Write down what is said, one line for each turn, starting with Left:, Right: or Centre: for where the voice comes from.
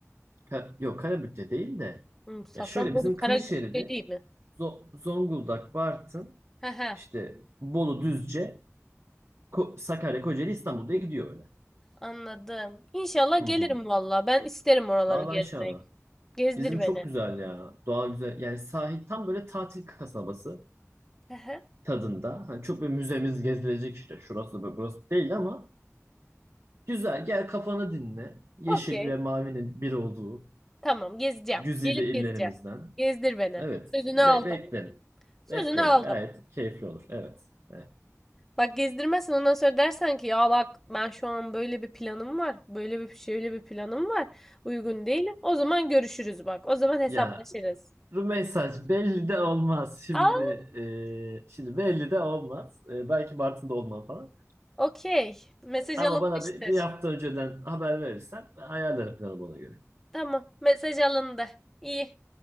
Right: Ka- yok Karabük'te değil de
Centre: Hmm, Safranbolu
Right: ya şöyle bizim kıyı
Centre: Karabük
Right: şeridi
Centre: de değil mi?
Right: Zo- Zonguldak, Bartın,
Centre: He he
Right: işte Bolu, Düzce, Ko- Sakarya, Kocaeli, İstanbul diye gidiyor öyle.
Centre: anladım. İnşallah
Right: Hı
Centre: gelirim
Right: hı.
Centre: valla. Ben isterim oraları
Right: Vallahi
Centre: gezmek.
Right: inşallah.
Centre: Gezdir
Right: Bizim çok
Centre: beni.
Right: güzel ya. Doğa güzel. Yani sahil tam böyle tatil kasabası
Centre: He he.
Right: tadında. Hani çok böyle müzemiz gezilecek işte. Şurası ve burası değil ama güzel. Gel kafanı dinle. Yeşil
Centre: Okey.
Right: ve mavinin bir olduğu
Centre: Tamam gezeceğim.
Right: güzide
Centre: Gelip
Right: illerimizden.
Centre: gezeceğim. Gezdir beni.
Right: Evet.
Centre: Sözünü
Right: Be
Centre: aldım.
Right: beklerim.
Centre: Sözünü
Right: Beklerim.
Centre: aldım.
Right: Gayet keyifli olur. Evet. Evet.
Centre: Bak gezdirmezsen ondan sonra dersen ki ya bak ben şu an böyle bir planım var. Böyle bir şöyle bir planım var. Uygun değilim. O zaman görüşürüz bak. O zaman hesaplaşırız.
Right: Ya mesaj belli de olmaz şimdi.
Centre: Aa,
Right: e, şimdi belli de olmaz. E, belki Bartın'da olmam falan.
Centre: okey. Mesaj
Right: Ama
Centre: alınmıştır.
Right: bana bir, bir hafta önceden haber verirsen ayarlarım planımı ona göre.
Centre: Tamam, mesaj alındı. İyi.